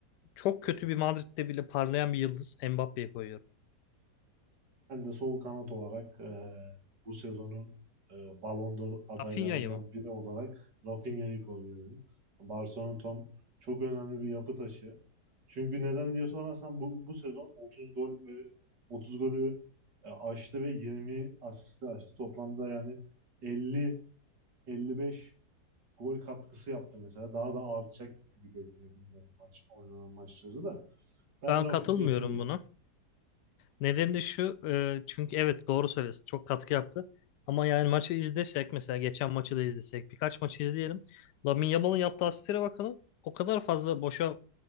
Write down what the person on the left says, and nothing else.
Çok kötü bir Madrid'de bile parlayan bir yıldız Mbappe'yi koyuyorum.
Rafinha'yı mı?
Ben
katılmıyorum
buna. Nedeni de şu e, çünkü evet doğru söylüyorsun çok katkı yaptı. Ama yani maçı izlesek mesela geçen maçı da izlesek birkaç maçı izleyelim. Lamine Yamal'ın yaptığı asistlere bakalım. O kadar fazla boşa